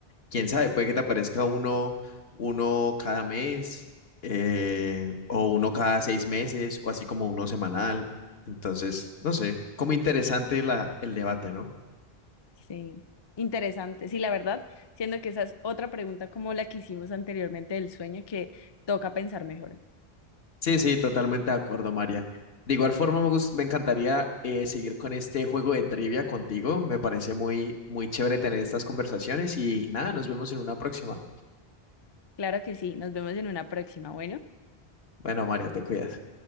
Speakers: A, on the left (about 70°); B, on the left (about 40°).
A: quién sabe, puede que te aparezca uno, uno cada mes, eh, o uno cada seis meses, o así como uno semanal. Entonces, no sé, como interesante la, el debate, ¿no?
B: Sí, interesante. Sí, la verdad, siendo que esa es otra pregunta como la que hicimos anteriormente del sueño que toca pensar mejor.
A: Sí, sí, totalmente de acuerdo, María. De igual forma, me, gus- me encantaría eh, seguir con este juego de trivia contigo. Me parece muy, muy chévere tener estas conversaciones y nada, nos vemos en una próxima.
B: Claro que sí, nos vemos en una próxima. Bueno.
A: Bueno, María, te cuidas.